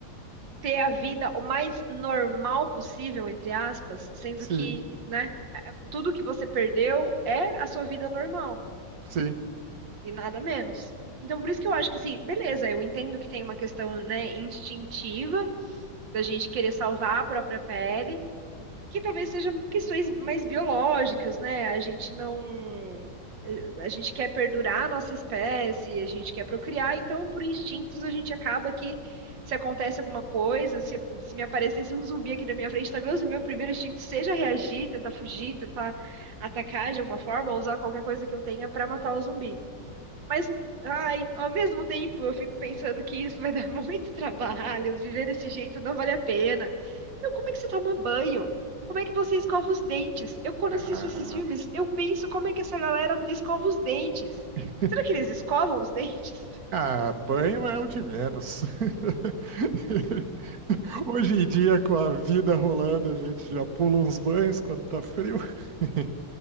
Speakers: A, on the right; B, on the right.
A: ter a vida o mais normal possível, entre aspas, sendo
B: Sim,
A: que, né, é- tudo que você perdeu é a sua vida normal
B: sim.
A: e nada menos. Então, por isso que eu acho que, assim, beleza, eu entendo que tem uma questão, né, instintiva da gente querer salvar a própria pele. que talvez sejam questões mais biológicas, né? A gente não. A gente quer perdurar a nossa espécie, a gente quer procriar, então, por instintos, a gente acaba que, se acontece alguma coisa, se, se me aparecesse um zumbi aqui na minha frente, talvez o meu primeiro instinto seja reagir, tentar fugir, tentar atacar de alguma forma, ou usar qualquer coisa que eu tenha para matar o zumbi. Mas, ai, ao mesmo tempo, eu fico pensando que isso vai dar <laughs> muito trabalho, viver desse jeito não vale a pena. Meu, como é que você toma banho? Como é que você escova os dentes? Eu, quando
B: Ah,
A: assisto esses filmes, eu penso como é que essa galera escova os dentes.
B: <laughs>
A: Será que eles escovam os dentes? <laughs>
B: ah, banho é o de menos. <laughs> Hoje em dia, com a vida rolando, a gente já pula uns banhos quando tá frio. <laughs>